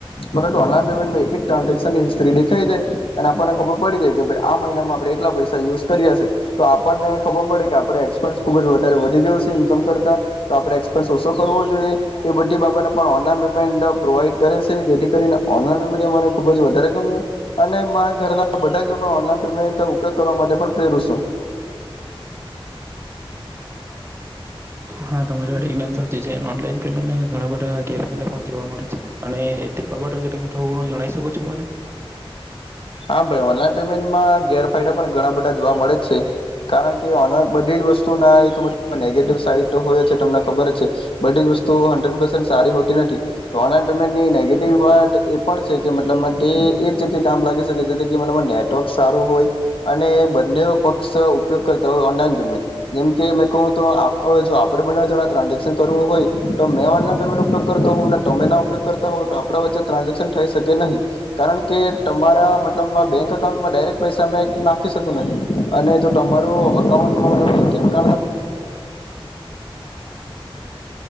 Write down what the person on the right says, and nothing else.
હા તમારી વા એકદમ સાચી છે ઓનલાન પેમેન્ટ ના ઘણા બધા ગેરફાયદા પણ જોવા મળે છે અને બાબ અંગે તમે થ જણ શકો છો મને?